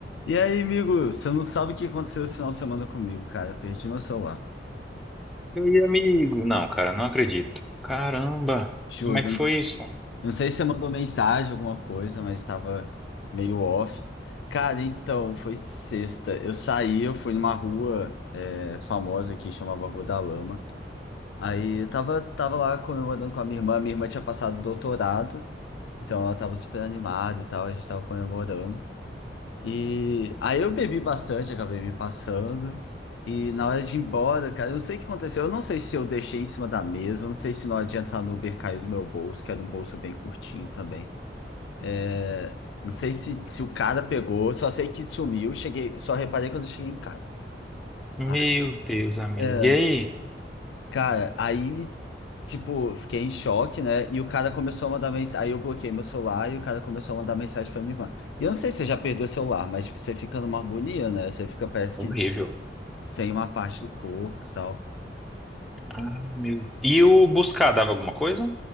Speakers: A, on the left; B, in the centre.
A: E aí, amigo, você não sabe o que aconteceu esse final de semana comigo, cara. Perdi meu celular.
B: Oi, amigo. Não, cara, não acredito. Caramba,
A: Juro,
B: como é que
A: eu não
B: foi
A: sei,
B: isso?
A: não sei se você mandou mensagem, alguma coisa, mas estava meio off. Cara, então, foi sexta. Eu saí, eu fui numa rua é, famosa que chamava Rua da Lama. Aí eu tava, tava lá comemorando com a minha irmã. Minha irmã tinha passado doutorado, então ela tava super animada e tal, a gente tava comemorando. E aí eu bebi bastante, acabei me passando. E na hora de ir embora, cara, eu não sei o que aconteceu. Eu não sei se eu deixei em cima da mesa, eu não sei se na hora de entrar no Uber caiu do meu bolso, que era um bolso bem curtinho também. É, Não sei se, se o cara pegou, só sei que sumiu, cheguei, só reparei quando eu cheguei em casa.
B: Meu
A: Ah,
B: Deus, amigo.
A: é,
B: E aí?
A: cara, aí, tipo, fiquei em choque, né? E o cara começou a mandar mensagem. Aí eu bloqueei meu celular e o cara começou a mandar mensagem pra minha irmã. E eu não sei se você já perdeu o celular, mas tipo, você fica numa agonia, né? Você fica, parece
B: Horrível.
A: que sem uma parte do corpo e tal.
B: Ah, meu... E o buscar dava alguma coisa?